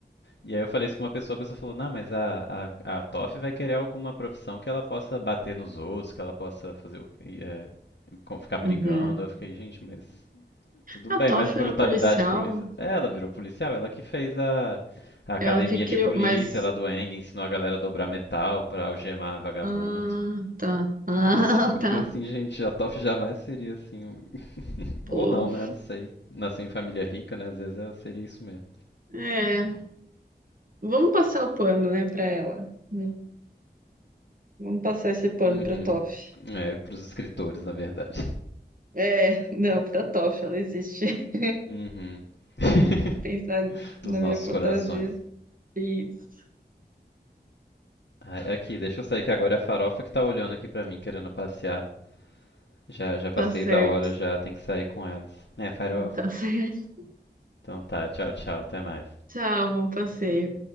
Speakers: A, on the left (about 75°); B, on the right (about 50°).
A: e aí eu falei isso com uma pessoa, a pessoa falou, não, mas a, a, a Toph vai querer alguma profissão que ela possa bater nos outros, que ela possa fazer o... e, é, com- ficar brigando.
B: uhum.
A: Eu fiquei, gente, mas tudo
B: A
A: bem,
B: Toph
A: mas brutalidade
B: era policial,
A: polícia. É, ela virou policial, ela que fez a, a academia
B: ela que criou,
A: de polícia
B: mas.
A: lá do Eng, ensinou a galera a dobrar metal pra algemar vagabundo.
B: Ah, tá. Ah,
A: Eu
B: <laughs> tá.
A: fiquei assim, gente, a Toph jamais seria assim. um-
B: Pô.
A: Ou não, né? Não sei. Nasceu em família rica, né? Às vezes é- seria isso mesmo.
B: É. Vamos passar o pano, né, pra ela. Hum, Vamos passar esse pano
A: Uhum.
B: pra Toph.
A: É, pros escritores, na verdade.
B: É, não, pra Toph, ela existe. <laughs>
A: Uhum. <laughs>
B: Vou pensar na
A: Nos nossos
B: minha fantasia.
A: corações.
B: Isso.
A: Ah, Aqui, deixa eu sair que agora é a farofa que tá olhando aqui pra mim, querendo passear. Já, já passei
B: Tá certo.
A: da hora, já tem que sair com elas. Né, farofa?
B: Tá <laughs> certo.
A: Então tá, tchau, tchau, até mais.
B: Tchau, bom passeio.